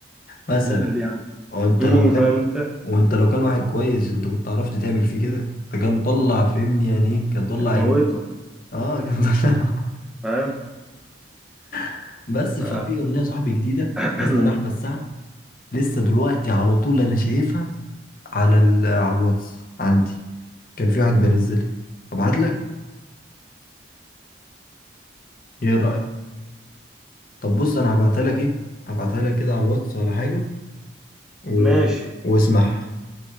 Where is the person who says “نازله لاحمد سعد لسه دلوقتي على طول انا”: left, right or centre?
Left